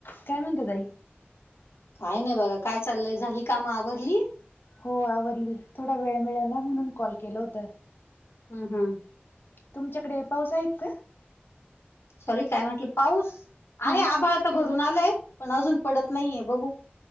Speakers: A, on the left; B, on the left.
A: काय म्हणते ताई.
B: काय नाही बघा काय चाललंय झाली काम आवरली.
A: हो आवरली थोडा वेळ मिळाला ना म्हणून कॉल केलं होता.
B: हम हम.
A: तुमच्याकडे पाऊस आहेत का?
B: सॉरी काय म्हटलं पाऊस
A: हा
B: आहे आभाळ तर भरून आलाय पण अजून पडत नाहीये बघू.